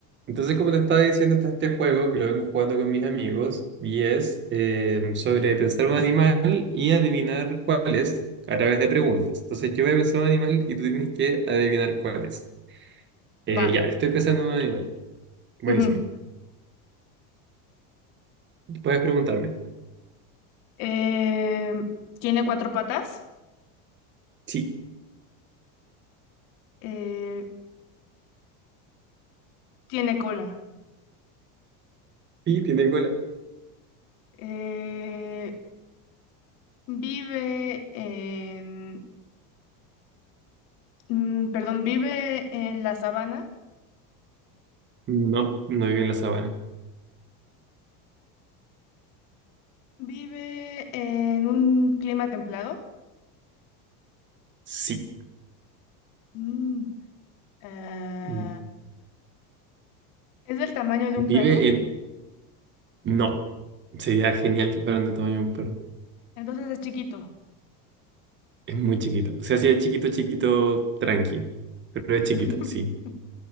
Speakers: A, on the right; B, on the left.
A: Entonces, como te estaba diciendo, está este juego que lo vengo jugando con mis amigos y es eh, sobre pensar un animal y adivinar cuál es a través de preguntas. Entonces, yo voy a pensar un animal y tú tienes que adivinar cuál es. Eh,
B: Va.
A: ya, estoy pensando en un animal. Buenísimo.
B: Ujú.
A: Puedes preguntarme.
B: Eh, tiene cuatro patas,
A: Sí.
B: eh, tiene cola,
A: Sí, tiene cola.
B: eh, vive en, mm, perdón, vive en la sabana,
A: No, no vive en la sabana.
B: vive en un clima templado,
A: Sí.
B: Mm, ah,
A: Mm,
B: es del tamaño de
A: Vive
B: un perro,
A: en... No. Sería genial que fueran del tamaño de un perro.
B: entonces es chiquito,
A: Es muy chiquito. O sea, sí es chiquito, chiquito, tranqui. Pero es
B: <laughs>
A: chiquito, sí.